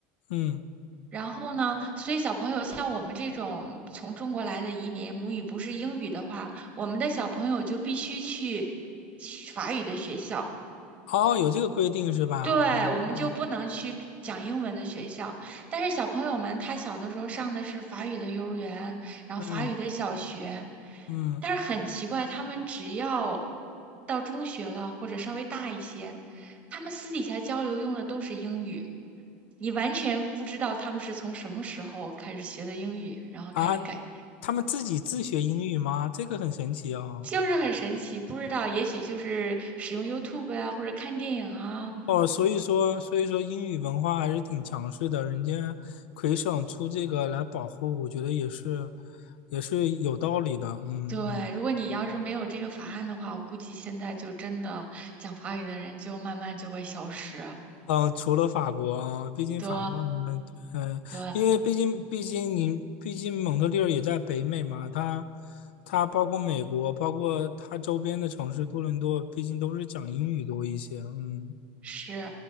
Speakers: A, on the left; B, on the right.
A: 嗯，
B: 然后呢，所以小朋友像我们这种从中国来的移民，母语不是英语的话，我们的小朋友就必须去法语的学校。
A: 哦，有这个规定是吧？
B: 对，
A: 嗯哦，
B: 我们就不能去讲英文的学校，但是小朋友们他小的时候上的是法语的幼儿园，然后法语的小学，
A: 嗯嗯
B: 但是很奇怪，他们只要到中学了或者稍微大一些，他们私底下交流用的都是英语，你完全不知道他们是从什么时候开始学的英语，然后开始改，
A: 啊，他们自己自学英语吗？这个很神奇哦。
B: 就是很神奇，不知道，也许就是使用 YouTube 啊，或者看电影啊。
A: 哦，所以说，所以说英语文化还是挺强势的，人家魁省出这个来保护，我觉得也是，也是有道理的。嗯嗯
B: 对，如果你要是没有这个法案的话，我估计现在就真的讲法语的人就慢慢就会消失。
A: 嗯，除了法国啊，毕竟法国，
B: 对，
A: 嗯嗯，
B: 对，
A: 因为毕竟毕竟你毕竟蒙特利尔也在北美嘛，它它包括美国，包括它周边的城市多伦多，毕竟都是讲英语多一些。嗯
B: 是，